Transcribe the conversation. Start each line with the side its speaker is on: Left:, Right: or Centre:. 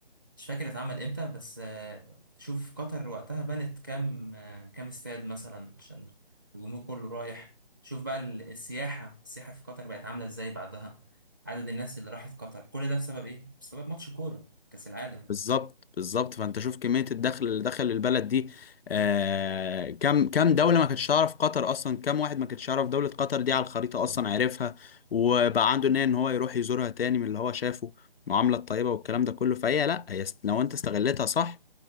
Right: مش فاكر اتعمل امتى بس آه، شوف قطر وقتها بنت كام آه، كام استاد مثلا عشان الجمهور كله رايح شوف بقى ال- السياحة السياحة في قطر بقت عاملة ازاي بعدها عدد الناس اللي راحت قطر كل ده بسبب ايه؟ بسبب ماتش كورة كأس العالم
Left: بالظبط بالظبط فانت شوف كميه الدخل اللي دخل البلد دي آه كم كم دوله ما كانتش تعرف قطر اصلا كم واحد ما كانتش يعرف دوله قطر دي على الخريطه اصلا عارفها وبقى عنده نيه ان هو يروح يزورها تاني من اللي هو شافه المعامله الطيبه والكلام ده كله فهي لا هي است- لو انت استغلتها صح